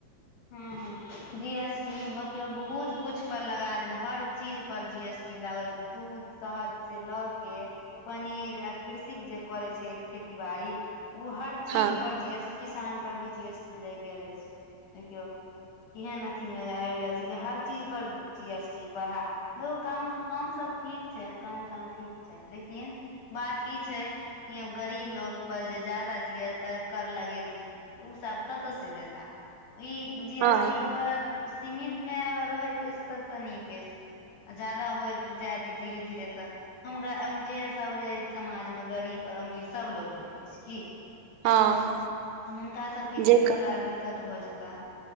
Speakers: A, on the left; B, on the right.
A: ह ह जी एस टी बहुत कुछ पर लगा देने हर चीज पर जी एस टी लागल। दूध शहद सऽ लऽ के पनीर आ कृषिक जे करै छै खेती बाड़ी ओ हर चीज
B: हँ
A: पर जी एस टी किसान पर भी जी एस टी लागि गेल अछि देखियौ केहन अथि मे आबि गेल छै कि हर चीज पर जी एस टी बढ़ा घूऽ काम काम सब ठीक छै काम समा ठीक छै लेकिन बात ई छै कि हम गरीब लोग पर जे ज्यदा जिय कर लगेथिन तऽ ओसब कतऽ सऽ देतऽ ई जी
B: हँ
A: एस टी अगर सीमित मे अगर रहैत अछि तब तऽ नीक अछि आ ज्यादा होयत जायत धीरे धीरे तऽ हम ग जे सभ जे समाजमे गरीब अमीर सभ लोक रहैत अछि की तऽ
B: हँ
A: हुनका सबके
B: जे
A: लेल थोड़ा दिक्कत भऽ जेताऽ